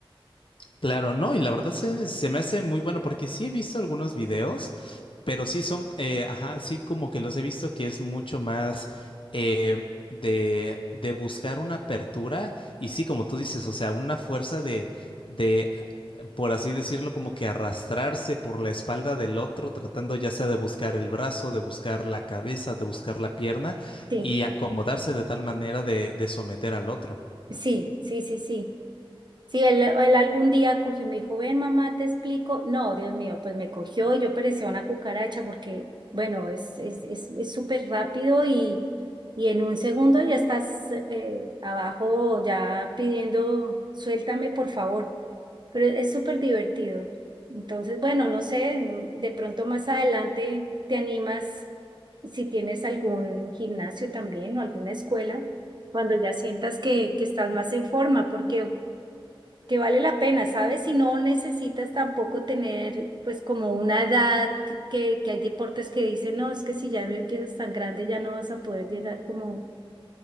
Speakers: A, on the left; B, on the right.
A: claro, no, y la verdad se, se me hace muy bueno porque sí he visto algunos videos Pero sí son, eh, ajá, sí como que los he visto que es mucho más eh, de, de buscar una apertura y sí, como tú dices, o sea, una fuerza de, de, por así decirlo, como que arrastrarse por la espalda del otro, tratando ya sea de buscar el brazo, de buscar la cabeza, de buscar la pierna
B: Sí,
A: y acomodarse de tal manera de, de someter al otro.
B: sí, sí, sí, sí. Si él, él algún día cogió y me dijo, ven mamá, te explico. No, Dios mío, pues me cogió y yo parecía una cucaracha porque, bueno, es, es, es, es súper rápido y, y en un segundo ya estás eh, abajo ya pidiendo, suéltame por favor. Pero es súper divertido. Entonces, bueno, no sé, mm, de pronto más adelante te animas si tienes algún gimnasio también o alguna escuela, cuando ya sientas que, que estás más en forma, porque que vale la pena, ¿sabes? Si no necesitas tampoco tener pues como una edad que, que, que hay deportes que dicen, no, es que si ya lo empiezas tan grande ya no vas a poder llegar como,